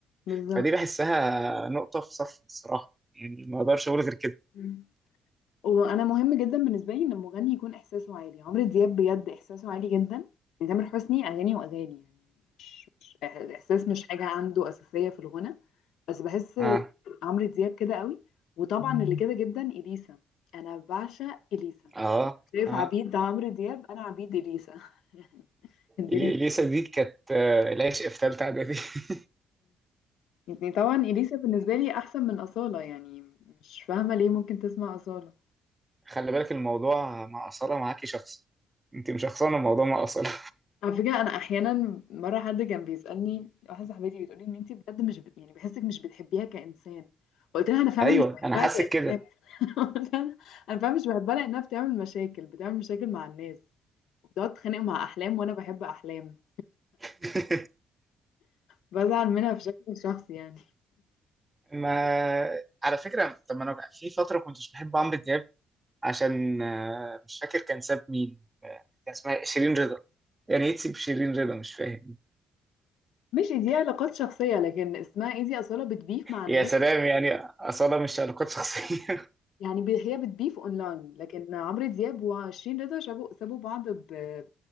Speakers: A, on the left; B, on the right.
A: بالظبط
B: فدي بحسها نقطة في صف الصراحة يعني ما أقدرش أقول غير كده
A: مم. وأنا مهم جدا بالنسبة لي إن المغني يكون إحساسه عالي عمرو دياب بجد إحساسه عالي جدا يعني تامر حسني أغاني وأغاني يعني مش مش إحساس مش حاجة عنده أساسية في الغنى بس بحس
B: آه
A: عمرو دياب كده قوي وطبعا اللي كده جدا إليسا أنا بعشق إليسا
B: آه
A: شايف
B: آه
A: عبيد عمرو دياب أنا عبيد إليسا <laughs> الدنيا
B: إلي- إليسا دي كانت آه، العشق في تالتة إعدادي <laughs>
A: كده يعني طبعا إليسا بالنسبة لي أحسن من أصالة يعني مش فاهمة ليه ممكن تسمع أصالة
B: خلي بالك الموضوع مع أصالة معاكي شخص أنت مش شخصانة الموضوع مع أصالة
A: على فكرة أنا أحيانا مرة حد كان بيسألني واحدة صاحبتي بتقولي إن أنتي بجد مش بت... يعني بحسك مش بتحبيها كإنسان فقلت لها أنا فعلا
B: <laughs> أيوه
A: مش بحبها
B: أنا حاسس
A: كإنسان
B: كده
A: <laughs> قلت لها أنا فعلا مش بحبها لأنها بتعمل مشاكل بتعمل مشاكل مع الناس وبتقعد تتخانق مع أحلام وأنا بحب أحلام
B: <laughs>
A: بزعل منها بشكل شخصي يعني
B: ما على فكرة طب ما أنا في فترة كنتش بحب عمرو دياب عشان آه، مش فاكر كان ساب مين آه، كان اسمها شيرين رضا يعني ايه تسيب شيرين رضا مش فاهم
A: مش دي علاقات شخصية لكن اسمها إيه دي أصالة بتبيف مع الناس
B: يا سلام يعني أصالة مش علاقات شخصية <laughs>
A: يعني ب- هي بتبيف اونلاين لكن عمرو دياب وشيرين رضا سابوا سابوا بعض ب...